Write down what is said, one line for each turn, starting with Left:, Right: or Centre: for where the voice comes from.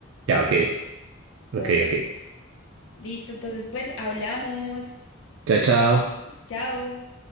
Right: Ya, ok,
Left: Bueno,
Right: ok, ok.
Left: listo, entonces pues hablamos.
Right: Chao,
Left: Cuídate.
Right: chao.
Left: Chao.